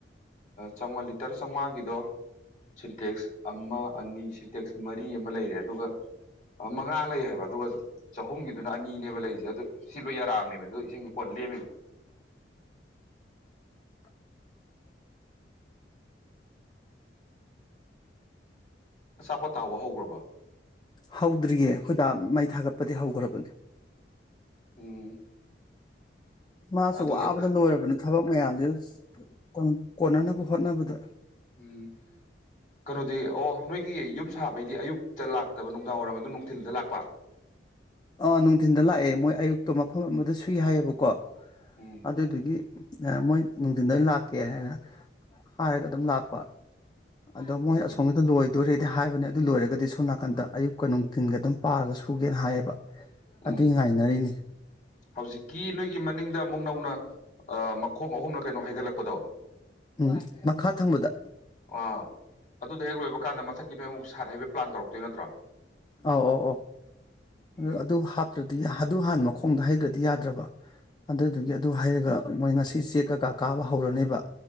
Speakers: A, on the left (about 45°); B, on the left (about 25°).
A: ꯆꯥꯝꯃꯉꯥ ꯂꯤꯇꯔ ꯆꯥꯝꯃꯉꯥꯒꯤꯗꯣ ꯁꯤꯟꯇꯦꯛꯁ ꯑꯃ ꯑꯅꯤ ꯁꯤꯟꯇꯦꯛꯁ ꯃꯔꯤ ꯑꯃ ꯂꯩꯔꯦ ꯑ ꯃꯉꯥ ꯂꯩ ꯍꯥꯏꯕ ꯑꯗꯨꯒ ꯆꯍꯨꯝꯒꯤꯗꯨꯅ ꯑꯅꯤꯅꯦꯕ ꯂꯩꯁꯦ ꯑꯗꯨ ꯁꯤꯂꯣꯏ ꯌꯥꯔꯛ ꯑꯕꯅꯦꯕ ꯑꯗꯨ ꯏꯁꯤꯡ ꯀꯣꯟ ꯂꯦꯝꯃꯤꯕ꯫
B: <inaudible> <inaudible> <inaudible> <inaudible> <inaudible>
A: ꯑꯆꯥꯄꯣꯠ ꯇꯥꯎꯕ ꯍꯧꯈ꯭ꯔꯕ
B: ꯍꯧꯗ꯭ꯔꯤꯌꯦ ꯑꯩꯈꯣꯏꯗꯥ ꯃꯩ ꯊꯥꯒꯠꯄꯗꯤ ꯍꯧꯈ꯭ꯔꯕꯅꯦ꯫
A: ꯎꯝ
B: ꯃꯥꯁꯨ
A: ꯑꯗꯨꯒꯤ
B: ꯋꯥꯕꯗ ꯂꯣꯏꯔꯕꯅꯤ ꯊꯕꯛ ꯃꯌꯥꯝꯁꯤꯒ <inaudible> <unintelligible> ꯀꯣꯟꯅꯅꯕ
A: ꯎꯝ
B: ꯍꯣꯠꯅꯕꯗ
A: ꯎꯝ ꯀꯩꯅꯣꯗꯤ ꯑꯣ ꯅꯣꯏꯒꯤ ꯌꯨꯝ ꯁꯥꯕꯩꯗꯤ ꯑꯌꯨꯛꯇ ꯂꯥꯛꯇꯕ ꯅꯨꯡꯗꯥꯡ ꯋꯥꯏꯔꯝ ꯑꯗꯨꯝ ꯅꯨꯡꯊꯤꯜꯗ ꯂꯥꯛꯄ
B: ꯑꯥ ꯅꯨꯡꯊꯤꯟꯗ ꯂꯥꯛꯑꯦ ꯃꯣꯏ ꯑꯌꯨꯛꯇꯣ ꯃꯐꯝ ꯑꯃꯗ ꯁꯨꯏ ꯍꯥꯏꯌꯦꯕꯀꯣ
A: ꯎꯝ
B: ꯑꯗꯨꯗꯨꯒꯤ ꯃꯣꯏ ꯅꯨꯡꯊꯤꯟꯗ ꯑꯣꯏꯅ ꯂꯥꯛꯀꯦꯅ ꯍꯥꯏꯔꯒ ꯑꯗꯨꯝ ꯂꯥꯛꯄ꯫ ꯑꯗꯣ
A: ꯎꯝ
B: ꯃꯣꯏ ꯑꯁꯣꯝꯒꯤꯗ ꯂꯣꯏꯗꯣꯔꯦ ꯗꯤ ꯍꯥꯏꯕꯅꯦ ꯑꯗꯨ ꯂꯣꯏꯔꯒꯗꯤ ꯁꯣꯝ ꯅꯥꯀꯟꯗ ꯑꯌꯨꯛꯀ ꯅꯨꯡꯊꯤꯟꯒ ꯑꯗꯨꯝ ꯄꯥꯔꯒ ꯁꯨꯒꯦꯅ ꯍꯥꯏꯌꯦꯕ꯫ ꯑꯗꯨꯏ
A: ꯎꯝ
B: ꯉꯥꯏꯅꯔꯤꯅꯤ
A: ꯍꯧꯖꯤꯛꯀꯤ ꯅꯣꯏꯒꯤ ꯃꯅꯤꯡꯗ ꯑꯃꯨꯛ ꯅꯧꯅ ꯑꯥ ꯃꯈꯣꯡ ꯑꯍꯨꯝꯂ ꯀꯩꯅꯣ ꯍꯩꯒꯠꯂꯛꯄꯗꯣ
B: ꯎꯝ ꯃꯈꯥ ꯊꯪꯕꯗ꯫
A: ꯑꯥ ꯑꯗꯨꯗꯣ ꯍꯦꯛ ꯂꯣꯏꯕ ꯀꯥꯟꯗ ꯃꯊꯛꯀꯤ ꯅꯣꯏ ꯑꯃꯨꯛ ꯁꯥꯠ ꯍꯩꯕꯩ ꯄ꯭ꯂꯥꯟ ꯇꯧꯔꯛꯇꯣꯏ ꯅꯠꯇ꯭ꯔꯣ
B: ꯑꯧ ꯑꯧ ꯑꯗꯨ
A: ꯎꯝ
B: ꯑꯗꯨ ꯍꯥꯞ <unintelligible> ꯗꯤ ꯑꯗꯨ ꯍꯥꯟ ꯃꯈꯣꯡꯗ ꯍꯩꯗ꯭ꯔꯗꯤ ꯌꯥꯗ꯭ꯔꯕ ꯑꯗꯨꯗꯨꯒꯤ ꯑꯗꯨ ꯍꯩꯔꯒ ꯃꯣꯏ ꯉꯁꯤ ꯆꯦꯛ ꯀꯩꯀꯥ ꯀꯥꯕ ꯍꯧꯔꯅꯤꯕ꯫